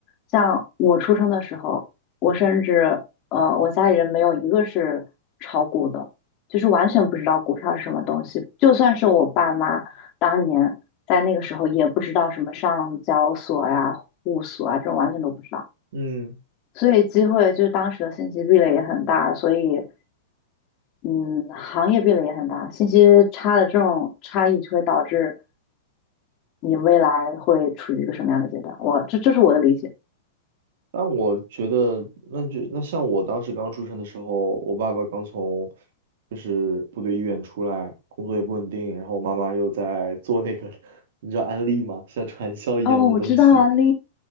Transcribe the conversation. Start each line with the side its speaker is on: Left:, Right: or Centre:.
Left: 像我出生的时候，我甚至呃，我家里人没有一个是炒股的，就是完全不知道股票是什么东西，就算是我爸妈。当年。在那个时候也不知道什么上交所呀、户所啊这种完全都不知道，
Right: 嗯，
Left: 所以机会就是当时的信息壁垒也很大，所以嗯，行业壁垒也很大，信息差的这种差异就会导致你未来会处于一个什么样的阶段？我这这是我的理解。
Right: 但我觉得，那就那像我当时刚出生的时候，我爸爸刚从就是部队医院出来，工作也不稳定，然后我妈妈又在做那个，<laughs> 你知道安利吗？像传销一样的东西。
Left: 哦，我知道啊，丽，